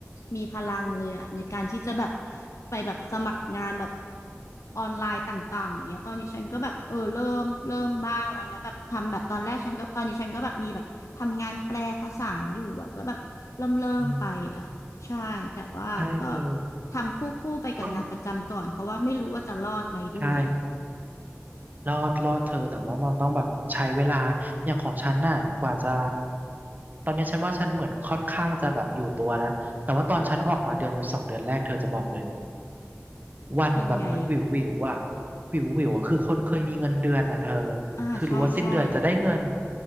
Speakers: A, on the left (about 80°); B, on the right (about 35°).
A: มีพลังเลยอะในการที่จะแบบไปแบบสมัครงานแบบ ออนไลน์ต่างๆอย่างเงี้ยตอนนี้ฉันก็แบบเออเริ่มเริ่มบ้างอะไรเงี้ยแบบทำแบบตอนแรกฉันก็ตอนนี้ฉันก็แบบมีแบบทำงานแปลภาษาอยู่อะก็แบบเริ่มเริ่มไปอะใช่แต่ว่าก็
B: อืมใช่เธอ
A: ทำคู่คู่ไปกับงานประจำก่อนเพราะว่าไม่รู้ว่าจะรอดไหมด้วย
B: ต้องใช่ รอดรอดเธอแต่ว่ามันต้องแบบใช้เวลาอย่างของฉันน่ะกว่าจะตอนนี้ฉันว่าฉันเหมือนค่อนข้างจะแบบอยู่ตัวแล้วแต่ว่าตอนฉันออกมาเดือนสองเดือนแรกเธอจะบอกเลยวันแบบเหมันวิววิวอ่ะ
A: เป็นไง
B: วิววิวอ่ะคือคนเคยมีเงินเดือนน่ะเธอ
A: อ่าใช่ใช่
B: คือรู้ว่าสิ้นเดือนจะได้เงิน